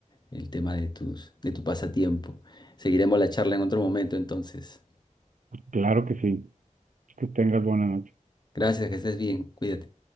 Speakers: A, on the left; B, on the right.
A: el tema de tus, de tu pasatiempo. Seguiremos la charla en otro momento, entonces.
B: Claro que sí. Que tengas buena noche.
A: Gracias, que estés bien, cuídate.